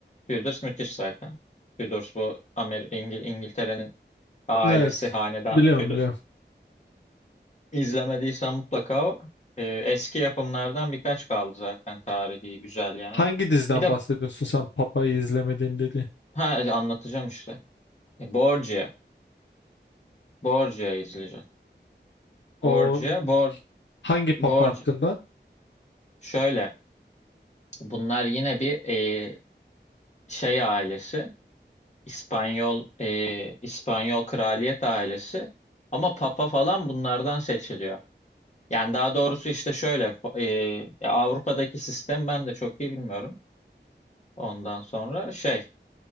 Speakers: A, on the left (about 40°); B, on the left (about 80°).
A: Tudors müthiş zaten. Tudors bu Amer İngil İngiltere'nin ailesi
B: Evet.
A: hanedanı
B: Biliyorum
A: Tudors.
B: biliyorum.
A: İzlemediysen mutlaka o. E, eski yapımlardan birkaç kaldı zaten tarihi güzel yani.
B: Hangi diziden
A: Bir de
B: bahsediyorsun sen Papa'yı izlemediğim dedi.
A: ha anlatacağım işte. E, Borgia. Borgia izleyeceğim. Borcu,
B: O
A: bor,
B: hangi Papa
A: borc
B: hakkında?
A: şöyle. Bunlar yine bir e, şey ailesi. İspanyol e, İspanyol kraliyet ailesi. Ama papa falan bunlardan seçiliyor. Yani daha doğrusu işte şöyle e, ya Avrupa'daki sistem ben de çok iyi bilmiyorum. Ondan sonra şey